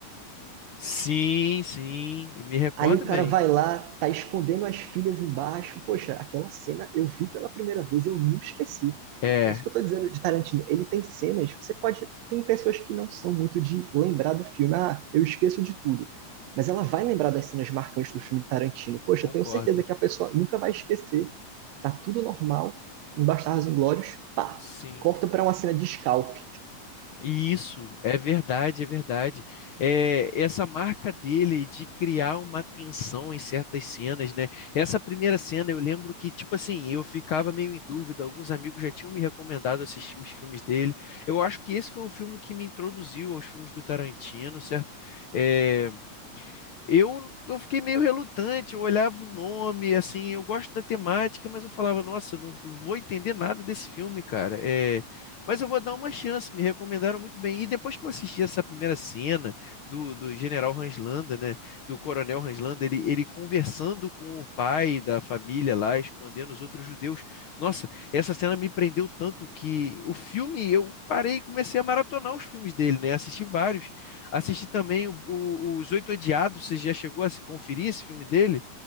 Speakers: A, on the left (about 70°); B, on the right (about 75°).
A: sim, sim, me recordo
B: Aí o
A: bem.
B: cara vai lá, tá escondendo as filhas embaixo. Poxa, aquela cena eu vi pela primeira vez, eu nunca esqueci.
A: É,
B: É isso que eu tô dizendo de Tarantino. Ele tem cenas, você pode. Tem pessoas que não são muito de lembrar do filme. Ah, eu esqueço de tudo. Mas ela vai lembrar das cenas marcantes do filme de Tarantino. Poxa,
A: concordo.
B: eu tenho certeza que a pessoa nunca vai esquecer. Tá tudo normal. Em Bastardos Inglórios, pá.
A: Sim.
B: Corta pra uma cena de scalp.
A: E Isso, é verdade, é verdade. É, essa marca dele de criar uma tensão em certas cenas, né? Essa primeira cena eu lembro que, tipo assim, eu ficava meio em dúvida, alguns amigos já tinham me recomendado assistir os filmes dele. Eu acho que esse foi o filme que me introduziu aos filmes do Tarantino, certo? É, eu, eu fiquei meio relutante, eu olhava o nome, assim, eu gosto da temática, mas eu falava, nossa, eu não vou entender nada desse filme, cara. É, mas eu vou dar uma chance, me recomendaram muito bem. E depois que eu assisti essa primeira cena do, do General Hans né, do Coronel Hans ele, ele conversando com o pai da família lá, escondendo os outros judeus. Nossa, essa cena me prendeu tanto que o filme, eu parei e comecei a maratonar os filmes dele, né, assisti vários. Assisti também o- o- Os Oito Odiados. Você já chegou a se conferir esse filme dele?